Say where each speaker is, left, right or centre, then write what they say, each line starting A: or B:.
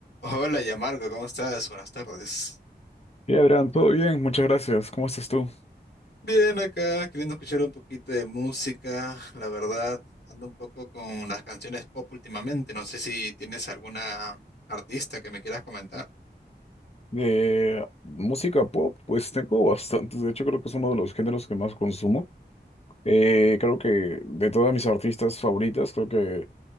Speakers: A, on the left; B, on the left.
A: Hola, Yamarco, ¿cómo estás? Buenas tardes.
B: Hey Adrián, todo bien, muchas gracias. ¿Cómo estás tú?
A: Bien acá, queriendo escuchar un poquito de música. La verdad, ando un poco con las canciones pop últimamente. No sé si tienes alguna artista que me quieras comentar.
B: De música pop, pues tengo bastantes. De hecho, creo que es uno de los géneros que más consumo. Eh, creo que de todas mis artistas favoritas, creo que